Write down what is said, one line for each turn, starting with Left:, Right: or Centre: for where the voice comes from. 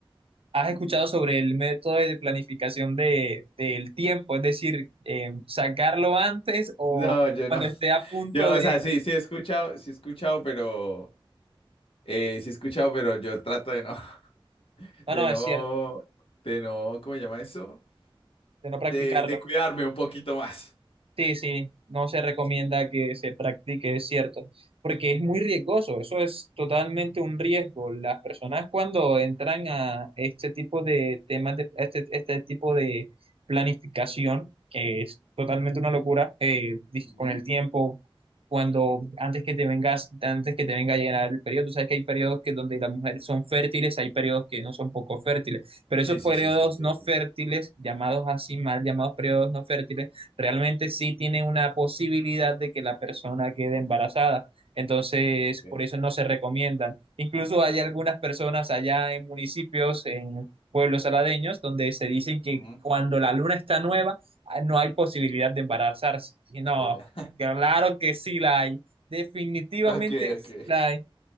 Right: has escuchado sobre el método de planificación de, del tiempo, es decir, eh, sacarlo antes o
Left: No, yo
Right: cuando
Left: no. <laughs>
Right: esté a punto
Left: Yo,
Right: de...
Left: o sea, sí, sí he escuchado, sí he escuchado, pero... Eh, sí he escuchado, pero yo trato de no, <laughs>
Right: No,
Left: de
Right: no,
Left: no,
Right: es cierto,
Left: de no, ¿cómo se llama eso?
Right: de no practicarlo.
Left: De, de cuidarme un poquito más.
Right: Sí, sí, no se recomienda que se practique, es cierto, porque es muy riesgoso, eso es totalmente un riesgo. Las personas cuando entran a este tipo de temas, de, a este, este tipo de planificación, que es totalmente una locura, eh, dis-
Left: Ujú.
Right: con el tiempo, cuando antes que te vengas, antes que te venga a llegar el periodo, tú sabes que hay periodos que donde las mujeres son fértiles, hay periodos que no son poco fértiles, pero
Left: Sí,
Right: esos
Left: sí,
Right: periodos
Left: sí, sí. de
Right: no
Left: eso,
Right: fértiles,
Left: de eso.
Right: llamados así, mal llamados periodos no fértiles, realmente sí tiene una posibilidad de que la persona quede embarazada. Entonces,
Left: Bien.
Right: por eso no se recomiendan. Incluso hay algunas personas allá en municipios, en pueblos aladeños, donde se dicen que
Left: Ujú.
Right: cuando la luna está nueva, ah, no hay posibilidad de embarazarse. Y no,
Left: Vea. <laughs>
Right: claro que sí la hay. Definitivamente
Left: Ok,
Right: sí
Left: ok.
Right: la hay.